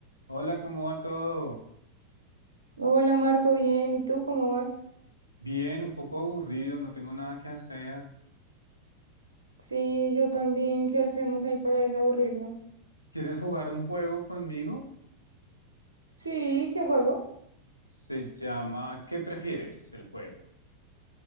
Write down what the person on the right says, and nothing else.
Hola Marco, bien. ¿Y tú cómo vas?
Sí, yo también. ¿Qué hacemos ahí para desaburrirnos?
Sí, ¿qué juego?